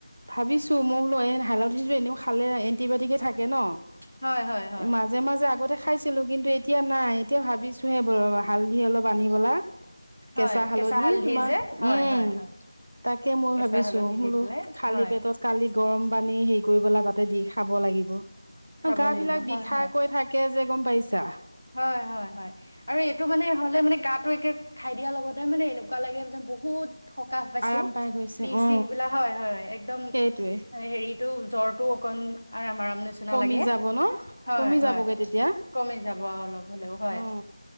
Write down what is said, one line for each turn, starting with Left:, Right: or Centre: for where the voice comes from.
Right: ভাবিছো মই বুলো হালধিৰো এনেও খালে এণ্টিবাইটিক এ থাকে ন,
Left: হয় হয় হয়
Right: মাজে মাজে আগতে খাইছিলো। কিন্তু এতিয়া নাই, এতিয়া ভাবিছো হে ব হালধি অলপ আনিবলা, কেঁচা
Left: হয়
Right: হালধি তোমাৰ
Left: যে হয়
Right: উম
Left: হয় হয়
Right: তাকে মই
Left: কেঁচা
Right: ভাবিছো
Left: হালধি
Right: বোলো
Left: দি পেলাই
Right: খালি
Left: হয়
Right: পেটত কালি গৰম পানী হেৰি কৰিপেলাই তাতে দি খাব লাগিব আৰু
Left: খাব
Right: গা
Left: লাগিব
Right: বিলাক বিষাই
Left: হয় হয়
Right: কৰি থাকে যে গম পাইছা
Left: হয় হয় হয় আৰু এইটো মানে হ'লে মানে গাটো একে খাই দিয়াৰ লগতে মানে এনেকুৱা লাগে যেন বহুত সকাহ পাইছো
Right: আৰাম পাই গৈছে
Left: বিষ-চিষ
Right: অ
Left: বিলাক হয় হয় একদম
Right: সেইটোৱে
Left: হেৰিত টো জ্বৰটো অকন আৰাম-আৰাম নিচিনা
Right: কমি
Left: লাগে,
Right: যাব ন
Left: হয়-হয়।
Right: কমি যাবগে তেতিয়া
Left: কম যাব অলপ হ'লেও হয়।
Right: অ